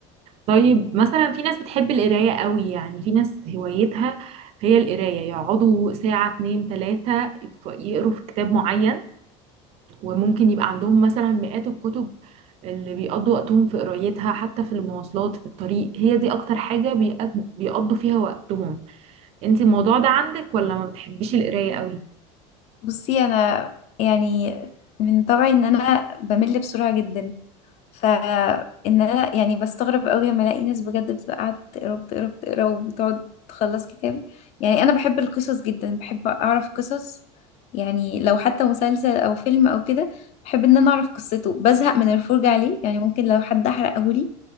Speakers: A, on the right; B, on the left.
A: طيب مثلا في ناس بتحب القرايه قوي يعني في ناس هوايتها هي القرايه يقعدوا ساعه اتنين تلاته يقروا في كتاب معين وممكن يبقى عندهم مثلا مئات الكتب اللي بيقضوا وقتهم في قرايتها حتى في المواصلات في الطريق هي دي اكتر حاجة بيقض- بيقضوا فيها وقتهم انت الموضوع ده عندك ولا ما بتحبيش القراية قوي
B: بصي انا يعني من طبعي ان انا بمل بسرعة جدا فان انا يعني بستغرب قوي لما الاقي ناس بجد بتبقى قاعده بتقرا بتقرا بتقرا وبتقعد تخلص كتاب يعني انا بحب القصص جدا بحب اعرف قصص يعني لو حتى مسلسل او فيلم او كده بحب ان انا اعرف قصته بزهق من الفرجه عليه يعني ممكن لو حد احرقه لي